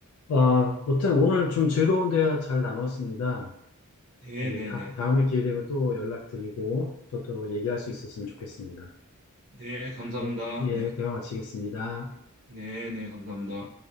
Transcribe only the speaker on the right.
네네네.
네, 감사합니다.
네.
네네, 감사합니다.